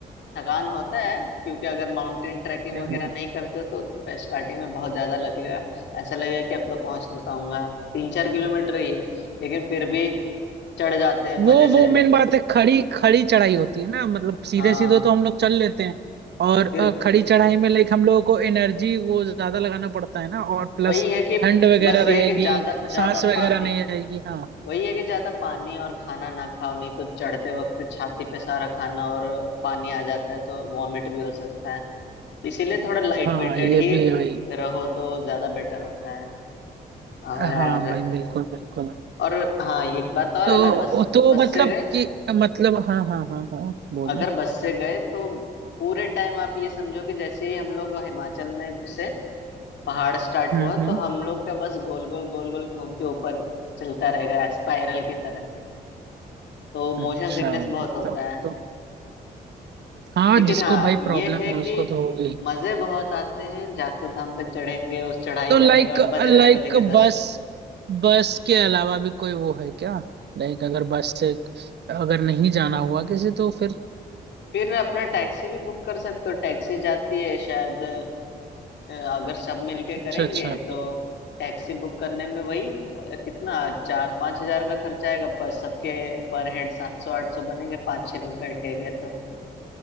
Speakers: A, on the left; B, on the right.
A: थकान होता है क्योंकि अगर माउंटेन ट्रैकिंग
B: हाँ
A: वगैरह नहीं करते हो तो स्टार्टिंग में बहुत ज्यादा लगेगा ऐसा लगेगा कि अब तो पहुंच नहीं पाऊंगा तीन चार किलोमीटर ही है लेकिन फिर भी चढ़ जाते हैं
B: वो
A: मजे
B: वो
A: से
B: मेन बात है खड़ी खड़ी चढ़ाई होती है ना मतलब सीधे
A: हाँ
B: सीधे तो हम लोग चल लेते हैं और अ,
A: फिर
B: खड़ी चढ़ाई में लाइक हम लोगों को एनर्जी वो ज्यादा लगाना पड़ता है ना और प्लस
A: वही है कि
B: ठंड वगैरह
A: बस ये
B: रहेगी
A: है कि ज्यादा ज्यादा
B: सांस वगैरह
A: पानी
B: नहीं आएगी हाँ
A: वही है कि ज्यादा पानी और खाना ना खाओ नहीं तो चढ़ते वक्त छाती पे सारा खाना और पानी आ जाता है तो वॉमिट भी हो सकता है इसीलिए थोड़ा लाइट
B: हाँ
A: वेटेड
B: ये
A: ही
B: भी है भाई
A: रहो तो ज्यादा बेटर होता है हाँ
B: हाँ
A: यार
B: भाई बिल्कुल बिल्कुल
A: और हाँ एक बात और
B: तो
A: अगर बस
B: तो
A: बस
B: मतलब
A: से गए
B: कि मतलब हाँ हाँ हाँ हाँ बोलिए
A: अगर बस से गए तो पूरे टाइम आप ये समझो कि जैसे ही हम लोग हिमाचल में घुसे पहाड़ स्टार्ट
B: हम्म
A: हुआ
B: हम्म
A: तो हम लोग का बस गोल गोल गोल गोल घूम के ऊपर चलता रहेगा स्पाइरल की तरह तो
B: अच्छा
A: मोशन सिकनेस बहुत होता
B: तब
A: है
B: तो हाँ
A: लेकिन
B: जिसको
A: हाँ
B: भाई
A: ये
B: प्रॉब्लम
A: है
B: है
A: कि
B: उसको तो होगी
A: मजे बहुत आते हैं जाखू धाम पे चढ़ेंगे उस चढ़ाई
B: तो लाइक
A: करने के बाद बजरंग
B: लाइक
A: बली के दस
B: बस बस के अलावा भी कोई वो है क्या लाइक अगर बस से अगर नहीं जाना हुआ किसी तो फिर
A: फिर अपना टैक्सी भी बुक कर सकते हो टैक्सी जाती है शायद अ, अगर सब मिलके
B: अच्छा
A: करेंगे
B: अच्छा अच्छा
A: तो टैक्सी बुक करने में वही प- कितना चार पांच हजार का खर्चा आएगा पर सबके पर हेड सात सौ आठ सौ बनेंगे पांच छह लोग बैठ के गए तो